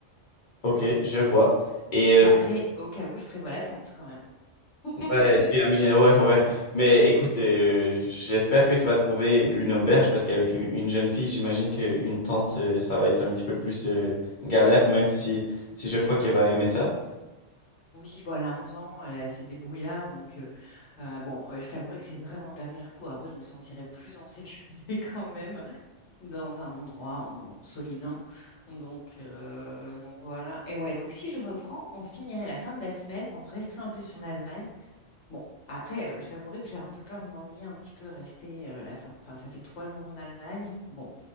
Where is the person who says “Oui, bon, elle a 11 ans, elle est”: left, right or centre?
Left